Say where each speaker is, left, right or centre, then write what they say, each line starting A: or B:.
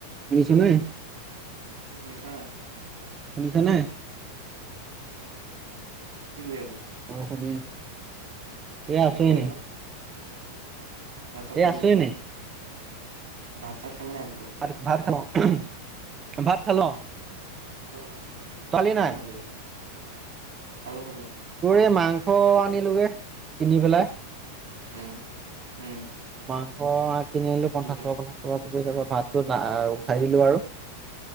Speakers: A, on the right (about 20°); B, on the right (about 75°).
A: শুনিছ নাই।
B: অ শুনিছ নাই
A: শনিছা নাই।
B: কি কৰি আছ
A: অ শুনি আছো। এ
B: কি
A: আছো
B: কৰি
A: এনেই।
B: আছ ভাত চাত
A: এই
B: খালি
A: আছো
B: নাই
A: এনেই।
B: ভাত চাত খালি নাই বোলো
A: ভাত - ভাত খালো। <unintelligible> ভাত খালো অ
B: কিহে বনালি
A: খালি
B: কিহে
A: নাই।
B: বনালি আজি খালো- খালো।
A: এ মাংস আনিলোগে কিনি পেলাই।
B: উম- উম
A: মাংস। কিনিল পঞ্চাচ
B: দুটা
A: টকা পঞ্চা টকা ছবে তাপা। ভাতটো না উঠাই দিলো আৰু।